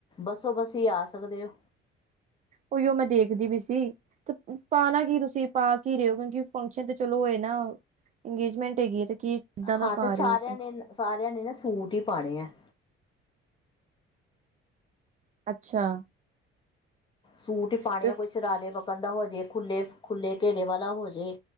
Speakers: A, on the left; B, on the right.
A: ਬੱਸੋ ਬਸੀ ਹੀ ਆ ਸਕਦੇ ਹੋ।
B: ਉਹੀਓ ਮੈਂ ਦੇਖਦੀ ਵੀ ਸੀ। ਤੇ ਪਾਣਾ ਕੀ ਤੁਸੀਂ ਪਾ ਕੀ ਰਹੇ ਹੋ ਕਿਉਂਕਿ ਫੰਕਸ਼ਨ ਤੇ ਚਲੋ ੳਹ ਏ ਨਾ ਅੰਗੇਜਮੈਂਟ ਹੈਗੀ ਹੈ ਤੇ ਕੀ ਕਿੱਦਾਂ ਦਾ
A: ਹਾਂ
B: ਪਾ
A: ਤੇ ਸਾਰਿਆਂ
B: ਰਹੇ ਹੋ
A: ਨੇ ਸਾਰਿਆਂ ਨੇ ਨਾ ਸੂਟ ਹੀ ਪਾਣੇ ਹੈ-
B: ਅੱਛਾ
A: ਸੂਟ ਹੀ ਪਾਉਣੇ
B: ਤੇ
A: ਆ ਕੋਈ ਸ਼ਰਾਰੇ ਵਕਣ ਦਾ ਹੋਜੇ ਖੁੱਲੇ ਖੁੱਲੇ ਘੇਰੇ ਵਾਲਾ ਹੋਜੇ